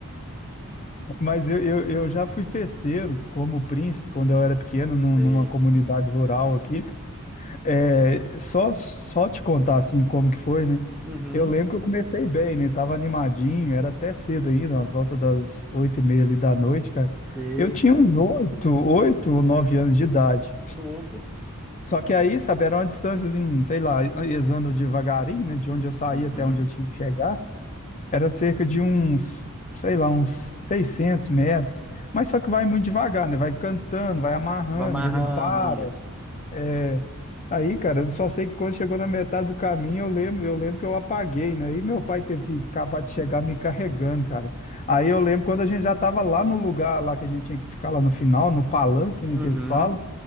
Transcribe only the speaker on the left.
Mas eu, eu, eu já fui festeiro como príncipe quando eu era pequeno, num-
numa comunidade rural aqui. É, só, só te contar assim como que foi, né?
Eu lembro que eu comecei bem, né? Tava animadinho, era até cedo ainda, às volta das oito e meia ali da noite, cara.
Eu tinha uns oito, oito ou nove anos de idade.
Só que aí, sabe, era uma distância, assim, sei lá, andando devagarinho, né? De onde eu saía
até onde eu tinha que chegar. Era cerca de uns, sei lá, uns 600 metros. Mas só que vai muito devagar, né? Vai cantando, vai amarrando,
quer dizer, para.
É... Aí, cara, eu só sei que quando chegou na metade do caminho, eu lembro, eu lembro que eu apaguei, né? E meu pai teve que acabar de chegar me carregando, cara. Aí eu lembro quando a gente já estava lá no lugar lá que a gente tinha que ficar lá no final, no palanque, né,
que eles falam.